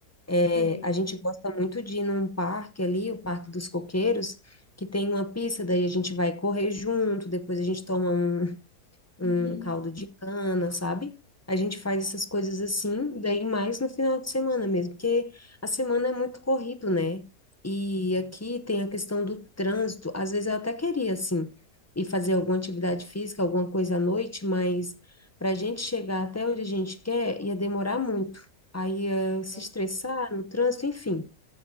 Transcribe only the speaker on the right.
Sim.
<laughs>
Sim.